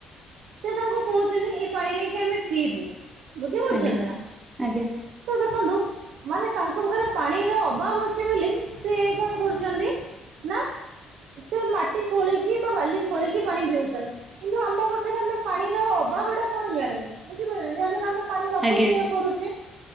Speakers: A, on the right; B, on the right.
A: ସିଏ ତାଙ୍କୁ କହୁଛନ୍ତି, ଏଇ ପାଣି ନେଇକି ଆମେ ପିଇବୁ। ବୁଝିପାରୁଛନ୍ତି
B: ଆଜ୍ଞା
A: ନା?
B: ଆଜ୍ଞା।
A: ତ ଦେଖନ୍ତୁ, ମାନେ ତାଙ୍କ ପାଖରେ ପାଣିର ଅଭାବ ଅଛି ବୋଲି, ସେ କଣ କରୁଛନ୍ତି ନା, ସେ ମାଟି ଖୋଳିକି ବା ବାଲି ଖୋଳିକି ପାଣି ପିଉଛନ୍ତି। କିନ୍ତୁ, ଆମ ପାଖରେ ଆମେ ପାଣିର ଅଭାବଟା କଣ ଜାଣିନୁ। ବୁଝିପାରୁଛନ୍ତି? ଯାହାଦ୍ଵାରା ଆମେ ପାଣିର ଅପଚୟ
B: ଆଜ୍ଞା
A: କରୁଚେ